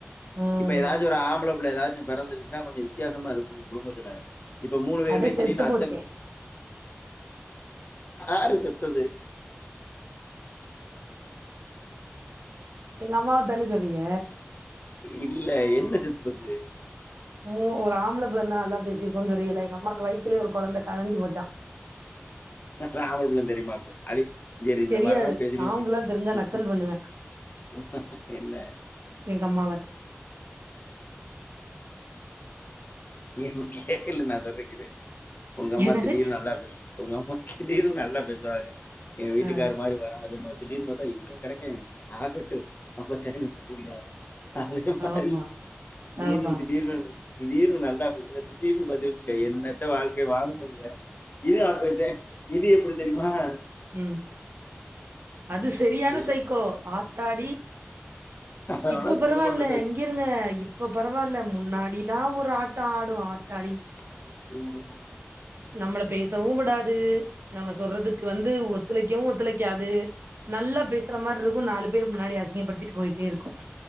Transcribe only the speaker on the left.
இப்ப ஏதாச்சு ஒரு ஆம்பள புள்ள ஏதாச்சு பிறந்துடுச்சின்னா கொஞ்ச வித்தியாசமா இருக்கு குடும்பத்துல இப்ப மூணு பேருமே
திடீர்னு அத்தன்ன
ஆரு செத்தது
இல்ல என்ன செத்து போச்சு
<unintelligible> அம்பளபுள்ளன்னு தெரியுமா <unintelligible> செரி இந்த
மாரி எல்லா பேசின
வெச்சிகோ
ஹு
ஹு என்ன
நீ என்னா கேளு நா சொல்றே கேளு உங்க அம்மா
திடீர்னு நல்லா பேசு உங்கம்மா கிடீர் நல்லா பேசுவாங்க என் வீட்டுக்காரு
மாரி வராதுன்னு திடீர்னு பாத்தா இவ கடைக்கே ஆகட்டு அப்பத்த திரும்பி <inaudible> அதே மாரி
நீனு
திடீர்னு திடீர்னு நாங்க நல்லா பேசுற திடிர்னு பாத்தன்னு வெச்சிகோ என்னத்த வாழ் க்க வாழ்ந்துகிற <unintelligible> இது எப்டி தெரியுமா <inaudible>
நல்லா
அதனால
குடும்பம் நடத்த
<unintelligible>